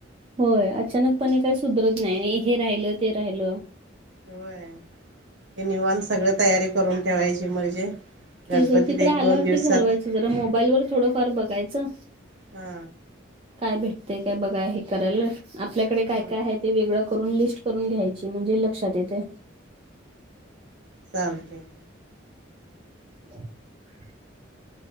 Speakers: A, on the right; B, on the right.
A: होय अचानकपणे काही सुधरत नाही आणि हे राहिलं ते राहिलं.
B: होय, हे निवांत सगळं तयारी करून ठेवायची म्हणजे गणपतीत
A: ते जर तिकडं
B: एक
A: आल्यावरती
B: दोन दिवसात
A: ठरवायचं, जरा मोबाईल वर थोडंफार बघायचं.
B: हा
A: काय भेटतंय काय बघा हे करालं, आपल्याकडे काय
B: हा
A: काय हाय ते वेगळं करून लिस्ट करून घ्यायची म्हणजे लक्षात येतंय.
B: चालतंय.
A: <inaudible>